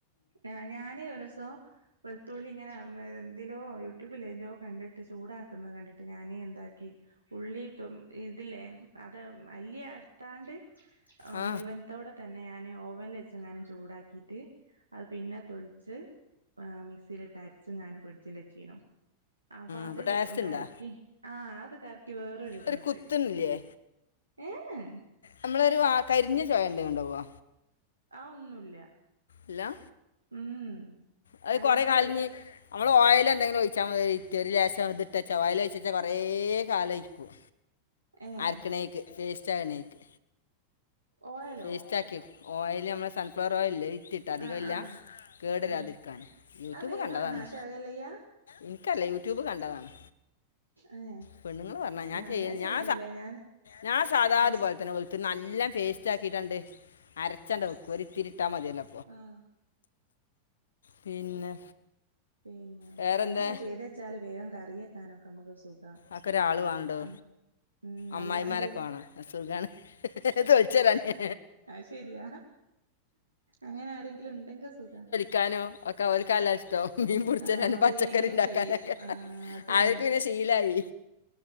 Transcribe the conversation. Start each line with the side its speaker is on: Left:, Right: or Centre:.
Right: ആഹ് ഞാനേ ഒരുസം വെളുത്തുള്ളി ഇങ്ങനെ എലോ യൂട്യൂബില ഇതിലോ കണ്ടിട്ട് ചൂടാക്കുന്നത് കണ്ടിട്ട് ഞാനേ എന്താക്കി ഉള്ളി ഇപ്പം ഇതില്ലേ അതെ മല്ലി ത്താണ്ട്
Left: ആ
Right: മുഴുവനത്തോടെ തന്നെ ഞാൻ ഓവനിൽ വെച്ചങ്ങാനും ചൂടാക്കിയിട്ട് അത് പിന്നെ തൊലിച്ച് മിക്സിയിലിട്ട് അരച്ച് ഞാന് ഫ്രിഡ്ജിൽ വെച്ചീന്നു അപ്പൊ അത്
Left: അപ്പോൾ ടേസ്റ്റ് ഉണ്ടാ
Right: കറക്കി ആഹ അത് കർ വേറരു
Left: ഒരു
Right: ടേസ്റ്റ്
Left: കുത്തുന്നില്ലേ
Right: ഏഹ്
Left: നമ്മളൊരു വ കരിഞ്ഞ ചോഴ എന്ത ഉണ്ടാവാ
Right: ആഹ് ഒന്നുല്ല
Left: ഇല്ല
Right: ഉ ഉം
Left: അത്
Right: നല്ലൊരു
Left: കൊറെ കാലഞ്ഞ നമ്മൾ ഓയിൽ എന്തെങ്കിലും ഒഴിച്ചാൽ മതി ഇറ്റൊ ഒരു ലേശം ഇട്ട വച്ചൽ ഓയിൽ ഒഴിച്ച വച്ചൽ കുറെ കാലരിക്കും
Right: ഏഹ്
Left: അരക്കണേക്ക് പേസ്റ്റ് ആകണേക്ക്
Right: ഓയലോ
Left: പേസ്റ്റ ആക്കി ഓയില സൻഫ്ലോർ ഓയിലില്ലെ അതിറ്റ് ഇട്ടധിക
Right: ആഹ്
Left: ഇല്ല
Right: ആഹ്
Left: കേടരാതിരിക്കാന്
Right: ആഹ്
Left: യൂട്യൂബ്
Right: അത് വേഗം
Left: കണ്ടതാണ്
Right: നാശാകല്ലയ്യ
Left: എനിക്കറീല്ല യൂട്യൂബ് കണ്ടതാണ്
Right: ഏഹ്
Left: പെണ്ണുങ്ങൾ പറഞ്ഞതാ ഞാൻ ചെയ്യൽ
Right: അങ്ങനെ ചെയ്തില്ല
Left: ഞാൻ
Right: ഞാൻ
Left: ഞാൻ സാധാ
Right: ആഹ്
Left: അത് പോ ു നല്ല പേസ്റ്റ് ആയിട്ടണ്ട് അരച്ചണ്ട് വക്കും ഒരിത്തിരിട്ടാൽ മതിയല്ലോ
Right: ആഹ്
Left: പിന്നെ
Right: പിന്നെ
Left: വേറെന്താ
Right: അങ്ങനെയൊക്കെ ചെയ്ത വെച്ചാല് വേഗം കറിയെക്കാനൊക്കെ നമ്മുക്ക് സുഖാ
Left: ആക്കൊരാൾ വണടോ
Right: ആഹ് ഉം
Left: അമ്മായിമാരൊക്കെ
Right: അല്ലാണ്ട്
Left: വാണം സുഖാണ് തൊലിച്ചരാന്നേ
Right: അത് ശരിയാ അങ്ങനെ ആരെങ്കിലും ഉണ്ടെങ്കി സുഖ
Left: ക്കാനോ ഒ ൽ കാലഷ്ട ട് മീൻ പുടിച്ചനും
Right: ആഹ്
Left: പച്ചക്കറി
Right: വേം
Left: ഉണ്ടാക്കാനൊക്കെ
Right: കഴിയും ആഹ് അതന്നെ
Left: അവർക്ക് പിന്നെ ശീലായി